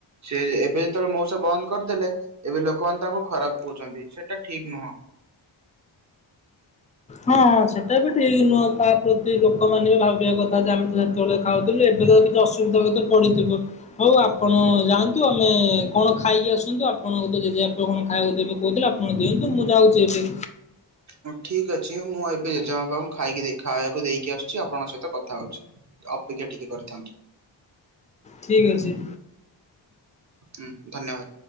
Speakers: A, on the right; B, on the left.
A: ସେ ଏବେ ଯେତେବେଳେ ମଉସା ବନ୍ଦ କରିଦେଲେ ଏବେ ଲୋକମାନେ ତାଙ୍କୁ ଖରାପ କହୁଛନ୍ତି ସେଟା ଠିକ ନୁହଁ।
B: ହଁଁ ସେଟା ବି ଠିକ ନୁହଁ ତା ପ୍ରତି ଲୋକମାନେ ବି ଭାବିବା କଥା ଯେ ଆମେ ତ ସେତେବେଳେ ଖାଉଥିଲୁ ଏବେ ତ କିଛି ଅସୁବିଧା ହୁଏ ତ ପଡିଥିବ। ହଉ ଆପଣ ଯାଆନ୍ତୁ ଆମେ କଣ ଖାଇକି ଆସନ୍ତୁ ଆପଣ ଜେଜେବାପା କଣ ଖାଇବାକୁ ଦେବେ କହୁଥିଲେ ଆପଣ ଦିଅନ୍ତୁ ମୁଁ ଯାଉଛି ଏବେ।
A: ହ ଠିକ୍ ଅଛି ମୁଁ ଏବେ ଜେଜବାପା ଙ୍କୁ ଖାଇକିଦେଇକି ଖାଇବାକୁ ଦେଇକି ଆସୁଛି ଆପଣଙ୍କ ସହିତ କଥା ହଉଛି। ଅପେକ୍ଷା ଟିକେ କରିଥାନ୍ତୁ।
B: ଠିକ୍ ଅଛି।
A: ହୁଁ ଧନ୍ୟବାଦ।